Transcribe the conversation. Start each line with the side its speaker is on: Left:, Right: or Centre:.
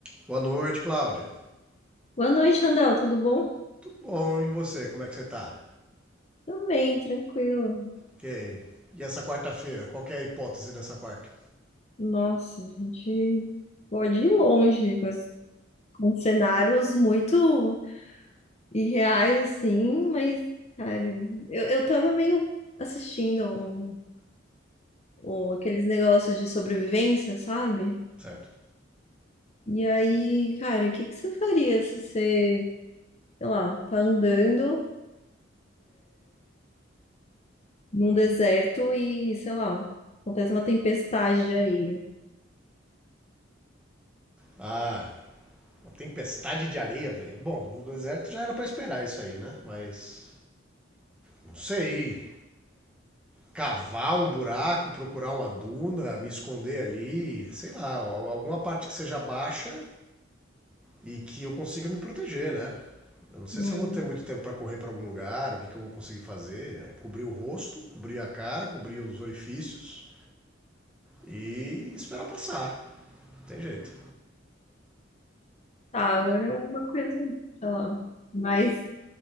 Centre: Boa noite, Cláudia.
Left: Boa noite, Randall, tudo bom?
Centre: Bom, e você, como é que você tá?
Left: Também, tranquilo.
Centre: Ok. E essa quarta-feira, qual que é a hipótese dessa quarta?
Left: Nossa, a gente pode ir longe com, as- com cenários muito irreais, assim, mas, cara, eu, eu tava meio assistindo um, um- aqueles negócios de sobrevivência, sabe?
Centre: Certo.
Left: E aí, cara, o que que você faria se você, sei lá, tá andando num deserto e, sei lá, acontece uma tempestade de areia?
Centre: Ah, uma tempestade de areia, velho. Bom, no deserto já era pra esperar isso aí, né? Mas não sei. Cavar um buraco, procurar uma duna, me esconder ali, sei lá, alguma parte que seja baixa e que eu consiga me proteger, né? Eu não sei
Left: Hum,
Centre: se eu vou ter muito tempo pra correr pra algum lugar, o que, que eu vou conseguir fazer. né? Cobrir o rosto, cobrir a cara, cobrir os orifícios. e esperar passar. Não tem jeito.
Left: Tá, agora é uma coisa, sei lá, mais